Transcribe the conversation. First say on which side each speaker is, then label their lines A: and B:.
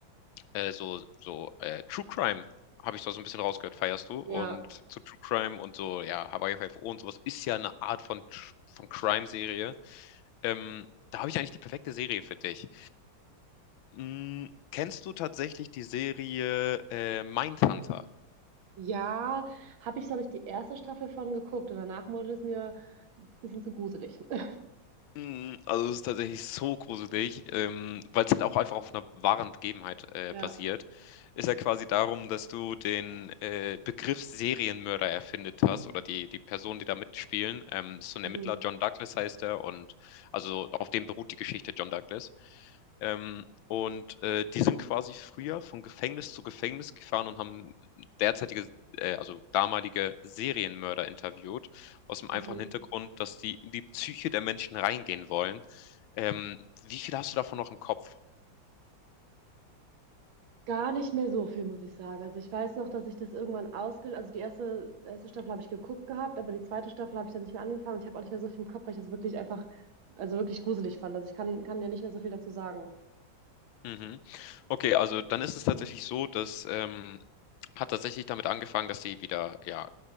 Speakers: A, on the left (about 80°); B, on the right (about 85°).
A: äh, so, so äh, True Crime, habe ich da so ein bisschen rausgehört, feierst du. Und
B: Ja,
A: zu True Crime und so, ja, Hawaii Five o und sowas ist ja eine Art von, Tr- von Crime-Serie. Ähm, da habe ich eigentlich die perfekte Serie für dich. Mm, kennst du tatsächlich die Serie äh, Mindhunter?
B: Ja, habe ich, glaube ich, die erste Staffel von geguckt und danach wurde es mir ein bisschen zu gruselig. <laughs>
A: Mm, Also es ist tatsächlich so gruselig, ähm, weil es halt auch einfach auf einer wahren Begebenheit äh,
B: Ja.
A: basiert. Ist ja quasi darum, dass du den äh, Begriff Serienmörder erfindet hast oder die, die Personen, die da mitspielen. Ähm, das ist so ein
B: Mhm.
A: Ermittler, John Douglas heißt er und also auf dem beruht die Geschichte John Douglas. Ähm, und äh, die sind quasi früher von Gefängnis zu Gefängnis gefahren und haben derzeitige, äh, also damalige Serienmörder interviewt aus dem
B: Mhm.
A: einfachen Hintergrund, dass die in die Psyche der Menschen reingehen wollen. Ähm, wie viel hast du davon noch im Kopf?
B: Gar nicht mehr so viel, muss ich sagen. Also ich weiß noch, dass ich das irgendwann ausge... Also die erste, erste Staffel habe ich geguckt gehabt, aber die zweite Staffel habe ich dann nicht mehr angefangen und ich habe auch nicht mehr so viel im Kopf, weil ich das wirklich einfach, also wirklich gruselig fand. Also ich kann, kann dir nicht mehr so viel dazu sagen.
A: Mhm. Okay, also dann ist es tatsächlich so, dass ähm, hat tatsächlich damit angefangen, dass sie wieder ja